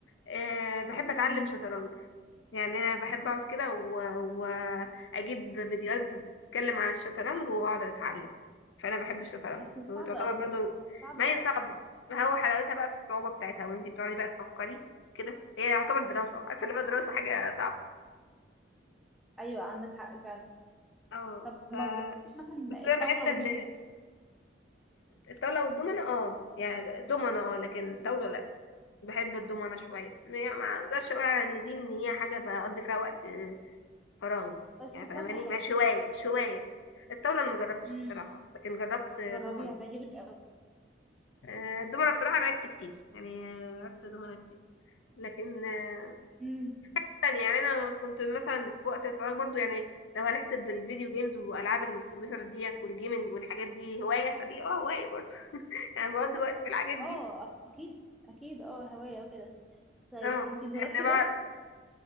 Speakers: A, on the left; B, in the centre.
A: أه بحب أتعلم
B: مم.
A: شطرنج يعني أنا بحب أقعد كده و- وأجيب فيديوهات بتتكلم عن الشطرنج وأقعد أتعلم فأنا بحب الشطرنج
B: بس صعبه
A: وتعتبر
B: قوي
A: برضو
B: صعبه
A: ما
B: قوي
A: هي صعبة ما هو حلاوتها بقى في الصعوبة بتاعتها وانتي بتقعدي بقى تفكري كده هي يعتبر دراسة
B: مم.
A: عارفة اللي هو دراسة حاجة صعبة
B: ايوه عندك حق فعلا
A: اه
B: طب ما
A: ف
B: جربتيش مثلا
A: بس
B: الطاوله
A: انا بحس
B: والدومنه
A: ان الطاوله والدومنه اه يعني دومنه اه لكن طاوله لا بحب الدومنة شوية بس ما ما اقدرش اقول على ان دي ان هي حاجة بقضي فيها وقت فراغي
B: بس
A: يعني
B: الطاوله
A: فاهماني
B: حلوه
A: مش هواية مش هواية الطاولة انا مجربتش
B: مم.
A: الصراحة لكن جربت دومنة
B: جربيها تعجبك
A: آه، الدومنة بصراحة لعبت كتير يعني آه، لعبت دومنة كتير لكن آه،
B: قوي
A: تانية يعني انا كنت مثلا في وقت الفراغ برضو يعني لو هنحسب الفيديو جيمز والعاب الكمبيوتر ديت والجيمنج والحاجات دي هواية فدي اه هواية برضو <laughs> يعني بقضي وقت في الحاجات دي
B: اه اكيد اكيد اه هواية وكده طيب
A: اه
B: انت جربت
A: يعني انا
B: الرسم
A: بقى